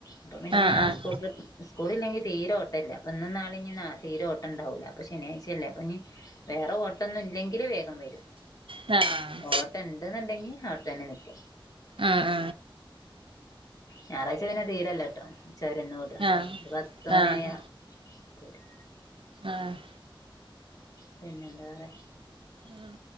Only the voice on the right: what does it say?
ആഹ്
ആഹ്
താഹ്
ആഹ് അ
ആഹ്
ആഹ്
ആഹ്
ഉം,